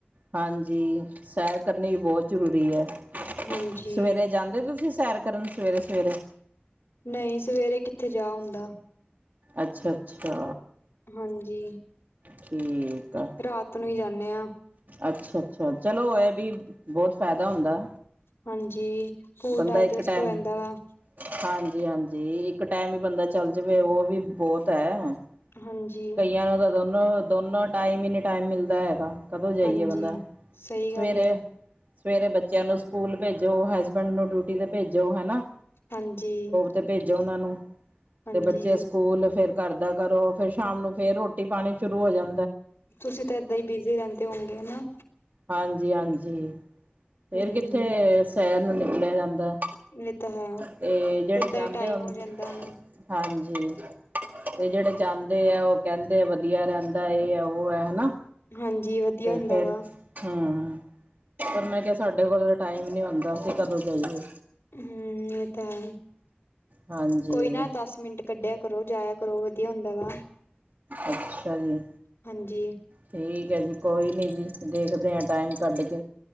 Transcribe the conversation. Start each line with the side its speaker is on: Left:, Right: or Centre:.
Right: ਹਾਂਜੀ ਸੈਰ ਕਰਨੀ ਵੀ ਬਹੁਤ ਜ਼ਰੂਰੀ ਐ।
Left: ਹਾਂਜੀ
Right: ਸਵੇਰੇ ਜਾਂਦੇ ਤੁਸੀਂ ਸੈਰ ਕਰਨ ਸਵੇਰੇ ਸਵੇਰੇ।
Left: ਨਹੀਂ ਸਵੇਰੇ ਕਿੱਥੇ ਜਾ ਹੁੰਦਾ।
Right: ਅੱਛਾ ਅੱਛਾ।
Left: ਹਾਂਜੀ
Right: ਠੀਕ ਆ।
Left: ਰਾਤ ਨੂੰ ਹੀ ਜਾਂਦੇ ਹਾਂ।
Right: ਅੱਛਾ ਅੱਛਾ ਚਲੋ ਹੋ ਵੀ ਬਹੁਤ ਫਾਇਦਾ ਹੁੰਦਾ।
Left: ਹਾਂਜੀ ਫੂਡ
Right: ਬੰਦਾ
Left: ਡਾਇਜਸਟ
Right: ਇੱਕ ਟਾਈਮ
Left: ਹੋ ਜਾਂਦਾ ਵਾ।
Right: ਹਾਂਜੀ ਹਾਂਜੀ ਇੱਕ ਟਾਈਮ ਹੀ ਬੰਦਾ ਚੱਲ ਜਾਵੇ ਉਹ ਵੀ ਬਹੁਤ ਐ।
Left: ਹਾਂਜੀ।
Right: ਕਈਆਂ ਨੂੰ ਤਾਂ ਦੋਨੋਂ, ਦੋਨੋਂ ਟਾਈਮ ਹੀ ਨੀ ਟਾਈਮ ਮਿਲਦਾ ਹੈਗਾ। ਕਦੋਂ ਜਾਈਏ
Left: ਹਾਂਜੀ
Right: ਬੰਦਾ,
Left: ਸਹੀ ਗੱਲ
Right: ਸਵੇਰੇ
Left: ਹੈ
Right: ਸਵੇਰੇ ਬੱਚਿਆਂ ਨੂੰ ਸਕੂਲ ਭੇਜੋ, ਹਸਬੈਂਡ ਨੂੰ ਡਿਊਟੀ ਤੇ ਭੇਜੋ ਹਨਾ।
Left: ਹਾਂਜੀ।
Right: ਤੇ ਭੇਜੋ ਉਹਨਾਂ ਨੂੰ।
Left: ਹਾਂਜੀ
Right: ਤੇ ਬੱਚੇ ਸਕੂਲ, ਫਿਰ ਘਰ ਦਾ ਕਰੋ ਫਿਰ ਸ਼ਾਮ ਨੂੰ ਫੇਰ ਰ੍ਹੋਟੀ-ਪਾਣੀ ਸ਼ੁਰੂ ਹੋ ਜਾਂ
Left: ਤੁਸੀਂ ਤਾਂ ਏਦਾਂ ਹੀ ਬਿਜ਼ੀ ਰਹਿੰਦੇ ਹੋਂਗੇ, ਹੈਨਾ?
Right: ਹਾਂਜੀ-ਹਾਂਜੀ, ਫੇਰ
Left: ਹਮ
Right: ਕਿੱਥੇ ਸ਼ੈਰ ਨੂੰ ਨਿਕਲਿਆ ਜਾਂਦਾ।
Left: ਇਹ ਤਾਂ ਹੈ
Right: ਤੇ, ਜਿਹੜੇ
Left: ਓਦਾਂ
Right: ਜਾਂਦੇ
Left: ਹੀ ਟਾਈਮ
Right: ਹੋਨ
Left: ਹੋ ਜਾਂਦਾ ਹੋਣਾ
Right: ਹਾਂਜੀ, ਤੇ ਜਿਹੜੇ ਜਾਂ ਦੇ ਆ, ਉਹ ਕਹਿੰਦੇ ਆ ਵਧੀਆ ਰਹਿੰਦਾ, ਇਹ ਆ, ਉਹ ਹੈ ਹਨਾ।
Left: ਹਾਂਜੀ। ਵਧੀਆ
Right: ਤੇ
Left: ਹੁੰਦਾ
Right: ਫੇਰ
Left: ਵਾ
Right: ਹੂੰ, ਪਰ ਮੈਂ ਕਿਹਾ ਸਾਡੇ ਕੋਲ ਟਾਈਮ ਤ ਈ ਨਹੀਂ ਹੁੰਦਾ, ਅਸੀ ਕਦੋਂ ਜਾਈਏ।
Left: ਹੂੰ, ਇਹ ਤਾ ਹੈਂ,
Right: ਹਾਂਜੀ
Left: ਕੋਈ ਨਾ ਦਸ-ਮਿੰਟ ਕੱਢਿਆ ਕਰੋ, ਜਾਇਆ ਕਰੋ, ਵਧੀਆ ਹੁੰਦਾ ਵਾ।
Right: ਅੱਛਾ ਜੀ।
Left: ਹਾਂਜੀ।
Right: ਠੀਕ ਹੈ ਜੀ, ਕੋਈ ਨਹੀਂ ਜੀ, ਦੇਖਦੇ ਹਾਂ ਟਾਈਮ ਕੱਢਕੇ।